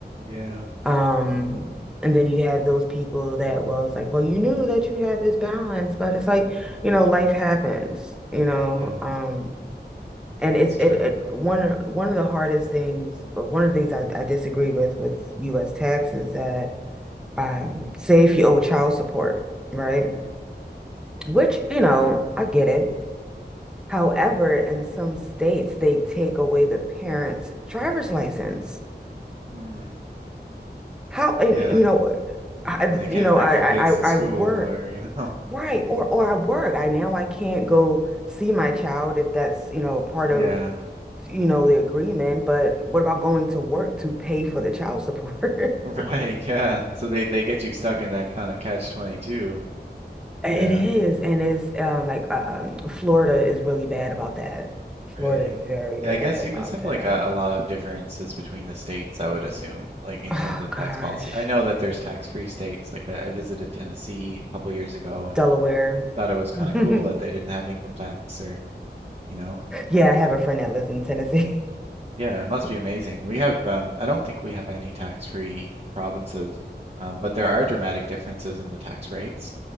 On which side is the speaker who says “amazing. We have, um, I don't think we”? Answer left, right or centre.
Right